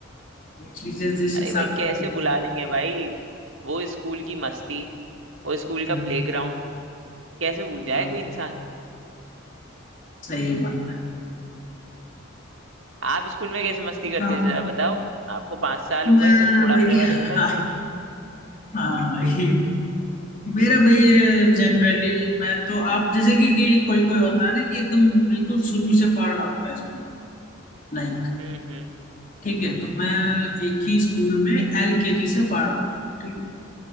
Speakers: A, on the left; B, on the right.
A: चीजें जिस
B: अरे
A: हिसाब
B: भाई कैसे
A: से थी
B: भुला लेंगे भाई वो स्कूल की मस्ती वो स्कूल
A: हाँ,
B: का प्लेग्राउंड कैसे भूल जाए
A: हाँ,
B: कोई इंसान
A: सही बात है
B: आप स्कूल में कैसे मस्ती करते
A: हाँ,
B: थे जरा बताओ आपको पांच साल हो
A: मैं
B: गए तो थोड़ा
A: भाई
B: अपने बारे
A: हाँ
B: में बताओ स्कूल
A: हाँ भाई मेरा भाई जनरली मैं तो आप जैसे कि, कि कोई कोई होता है ना कि एकदम बिल्कुल शुरू से पढ़ रहा होता है स्कूल लाइक
B: हम्म हम्म
A: ठीक है तो मैं एक ही स्कूल में एल के जी से पढ़ रहा था ठीक